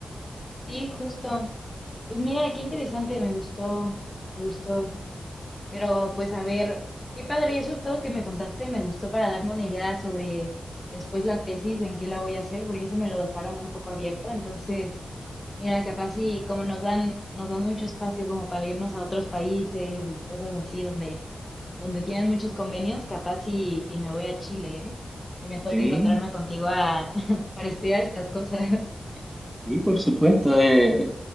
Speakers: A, on the left; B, in the centre.
A: Sí, justo. Pues mira, qué interesante, me gustó, me gustó. Pero pues a ver, qué padre, eso todo que me contaste me gustó para darme una idea sobre después la tesis, en qué la voy a hacer, porque eso me lo dejaron un poco abierto. Entonces, mira, capaz y como nos dan, nos dan mucho espacio como para irnos a otros países y cosas así donde, donde tienen muchos convenios, capaz y, y me voy a Chile, ¿eh? Y me toca
B: Sí,
A: encontrarme contigo a, <laughs> para estudiar estas cosas. <laughs>
B: y por supuesto, eh, eh,